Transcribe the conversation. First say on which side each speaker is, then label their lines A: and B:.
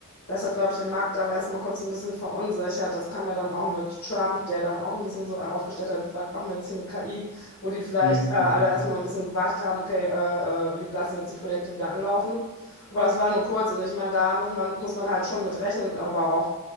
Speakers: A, on the left; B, on the left.
A: Das hat, glaube ich, den Markt dann erstmal kurz ein bisschen verunsichert. Das kam ja dann auch mit Trump, der dann auch ein bisschen so äh, aufgestellt hat, was machen wir jetzt hier mit KI, wo die vielleicht
B: Mhm.
A: äh, alle
B: Mhm.
A: erstmal
B: Mhm.
A: ein bisschen gewartet haben, okay, äh, äh, wie lassen wir jetzt die Projekte wieder anlaufen. Aber das war nur kurz und ich meine, da muss man, muss man halt schon mit rechnen, aber auch